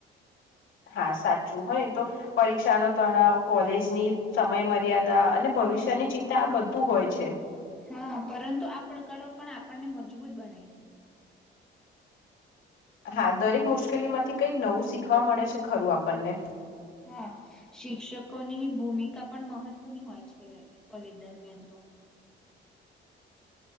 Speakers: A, on the left; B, in the centre.
A: હા સાચું હો એતો. પરીક્ષાનો તણાવ કોલેજની સમય મર્યાદા અને ભવિષ્યની ચિંતા આ બધું હોય છે.
B: હા પરંતુ આ પડકારો પણ આપણને મજબૂત બનાય.
A: હા દરેક મુશ્કેલી માંથી કઈક નવું શીખવા મળે છે ખરું આપણને.
B: હા શિક્ષકોનીની ભૂમિકા પણ મહત્વની હોય છે કોલેજ દરમિયાન તો.